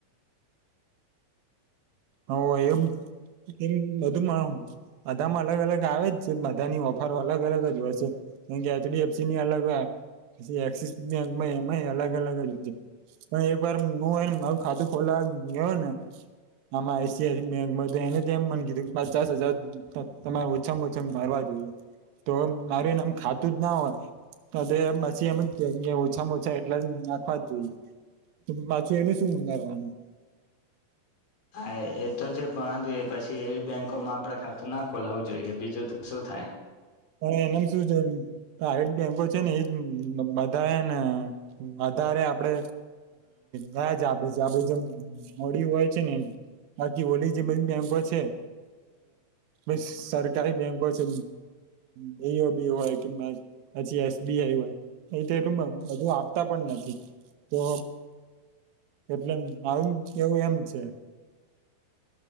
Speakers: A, on the right; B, on the left.
A: હ એમ. કેમ બધુંમાં બધામાં અલગ અલગ આવે જ છે બધાની ઓફર અલગ અલગ જ હોય છે. એમ કે એચડી એફસી ની અલગ પછી એક્સિસ બેંક માં એમાંય અલગ અલગ જ પણ એક વાર હું એને મારું ખાતું ખોલા વા ગયો ને આમાં I C I C bank એને એમ મને કીધું કે પચાસ હજાર તમારે ઓછામાં ઓછા ભરવા જોઈએ. તો મારું એને આમ ખાતું જ ના હોય તો તે પછી એમ જ કે ઓછામાં ઓછા એટલે નાખવા જ જોઈએ. પાછું એને શું ઉંગારવાનું
B: હા એ તો જે પરંતુ એ પછી એવી બેંકોમાં આપડે ખાતું ના ખોલાવું જોઈએ બીજું તો શું થાય.
A: હ એનામ શું છે આઈ બેંકો છે ને એજ બધા ને વધારે આપડે વ્યાજ આપે છે આપે જેમ મોડી હોય છે ને બાકી ઓલી જે બધી બેંકો છે. એ સરકારી બેંકો છે. બો ઓ બી હોય કે પછી એસ બી આઈ હોય. અહી તો એલું હજુ આપતા પણ નથી તો એટલે મારુ કેવું એમ છે.